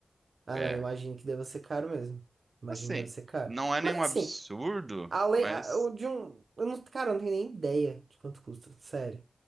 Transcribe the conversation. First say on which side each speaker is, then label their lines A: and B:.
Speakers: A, on the right; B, on the right.
A: Ah,
B: É,
A: não, imagino que deva ser caro mesmo. Imagino
B: assim,
A: que deve ser caro.
B: não é nenhum
A: Mas assim,
B: absurdo,
A: Além,
B: mas
A: a- o de um. Eu não, cara, eu não tenho nem ideia de quanto custa, sério.